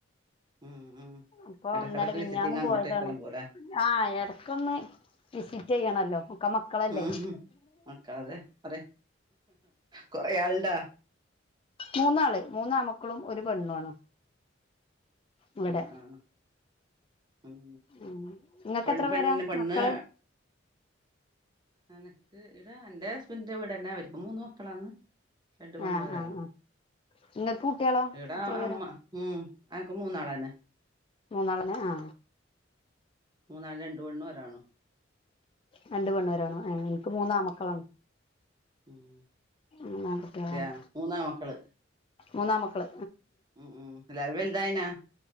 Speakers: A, on the right (about 20°); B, on the left (about 30°).
A: ഉം ഉം
B: അപ്പൊ
A: എടക്കെടക്ക്
B: ഒന്നല്ല വിഞ്ഞന്ന്
A: വിസിറ്റിംഗ് അങ്ങോട്ടേക്കെല്ലാം
B: പോയതാണ്
A: പോവല്ലേ
B: ആഹ് ഇടക്കൊന്ന് വിസിറ്റ് ചെയ്യണല്ലോ ഒക്കെ മക്കളല്ലേ
A: ഉ മക്കളതെ കുറെ കൊറെ ആളിണ്ടാ
B: മൂന്നാള് മൂന്നാമക്കളും ഒരു പെണ്ണും ആണ് ഇവിടെ
A: ആഹ ആ ഉം
B: ഉം ഇങ്ങക്ക്
A: പെൺ
B: എത്ര
A: പെൺ
B: പേരാ
A: പെണ്ണ്
B: മക്കള്
A: എനക്ക് ഇവിടാ എന്റെ ഹസ്ബൻഡ് ന്റെ വീടന്നെ അവര്ക്കും മൂന്ന് മക്കളാണ് രണ്ട് പെണ്ണൂ
B: ആഹ്
A: ഒരാണും
B: ആഹ് ആഹ് ഇങ്ങക്ക് കുട്ടികളോ
A: ഇവിടെ
B: എത്ര പേരാ
A: അമ്മ ഉം അനക്ക് മൂന്നാളെന്നെ
B: മൂന്നാളന്നെ ആ
A: മൂന്നാല് രണ്ടു പെണ്ണും ഒരാണും
B: രണ്ട് പെണ്ണും ഒരാണും ഏ എനിക്ക് മൂന്നാമക്കളാണ്
A: ഉം
B: മൂന്നാൺകുട്ടികളാണ്
A: <unintelligible> മൂന്നാമക്കള്
B: മൂന്നാമക്കള്
A: ഉം ഉം എല്ലാരും വലുതായിനാ